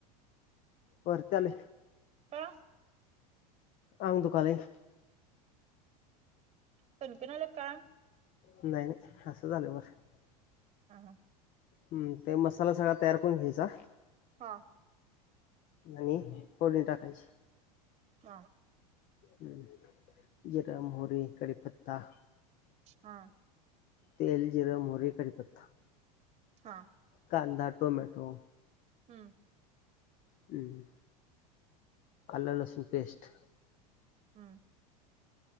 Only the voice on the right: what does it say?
का
कणकणाला का
हा हां
हा
हा
हा
हा
हम्म
हम्म